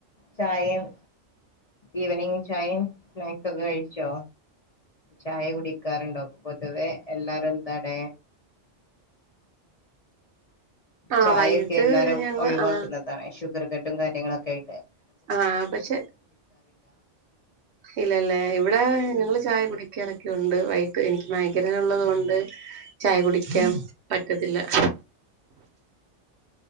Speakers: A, on the left (about 40°); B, on the right (about 65°).
A: ചായയും ഈവനിങ് ചായയും സ്നാക്സ് ഒക്കെ കഴിച്ചോ ചായ കുടിക്കാറുണ്ടോ പൊതുവെ എല്ലാരും എന്താണ്
B: ആ
A: ചായയൊക്കെ
B: വൈകിട്ട്
A: എല്ലാരും
B: ഞങ്ങള്
A: ഒഴിവാക്കുന്നതാണ്
B: ആ
A: ഷുഗർ കട്ടും കാര്യങ്ങളൊക്കെയായി
B: ആ പക്ഷെ ഇല്ലല്ലേ ഇവിടെ ഞങ്ങൾ ചായ കുടിക്കാറൊക്കെ ഉണ്ട് വൈകിട്ട് എനിക്ക് മൈഗ്രൈൻ ഉള്ളത് കൊണ്ട് ചായ കുടിക്കാൻ പറ്റു ത്തില്ല